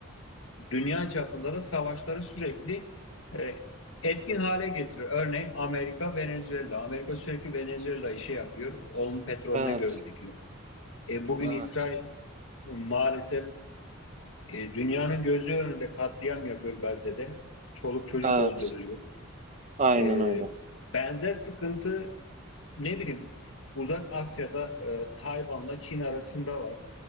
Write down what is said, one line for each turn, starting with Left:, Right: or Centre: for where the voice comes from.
Left: e, dünya çapında da savaşları sürekli e, etkin hale getiriyor. Örneğin Amerika, Venezuela. Amerika sürekli Venezuela'yı şey yapıyor, onun petrolüne
Right: Evet,
Left: göz dikiyor. E, bugün
Right: evet,
Left: İsrail e, maalesef e, dünyanın gözü önünde katliam yapıyor Gazze'de. Çoluk çocuk
Right: evet.
Left: öldürülüyor.
Right: Aynen
Left: E,
Right: öyle.
Left: benzer sıkıntı ne bileyim Uzak Asya'da e, Tayvan'la Çin arasında var.